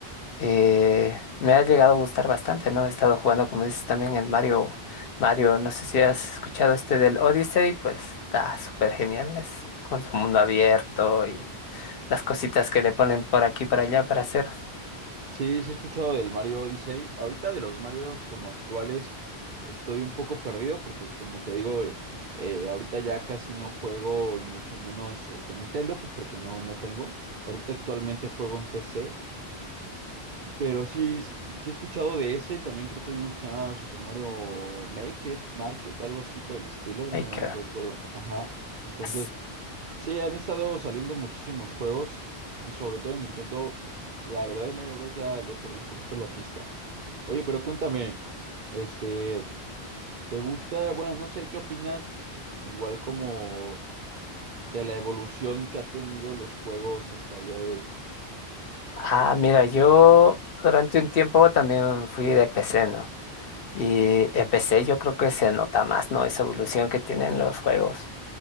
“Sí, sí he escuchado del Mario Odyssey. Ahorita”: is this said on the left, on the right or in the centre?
Right